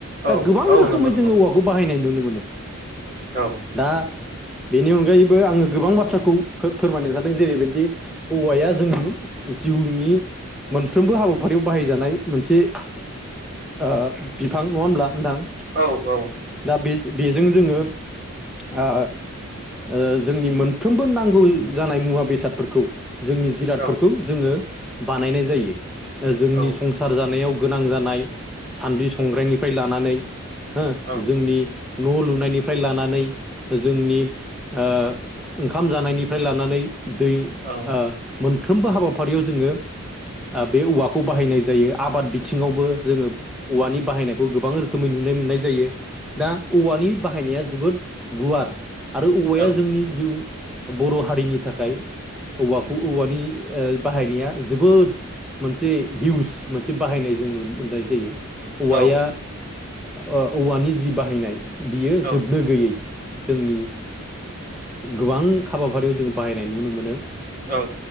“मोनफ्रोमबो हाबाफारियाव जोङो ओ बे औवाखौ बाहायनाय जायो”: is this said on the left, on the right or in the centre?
Centre